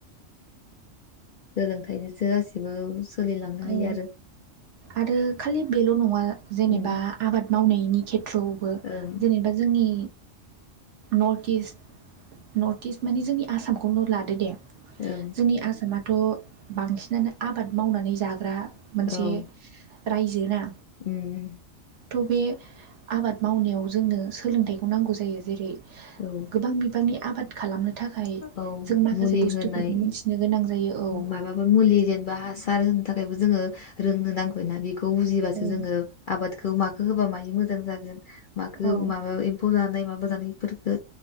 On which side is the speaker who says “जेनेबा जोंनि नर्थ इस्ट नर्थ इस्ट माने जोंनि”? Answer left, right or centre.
Right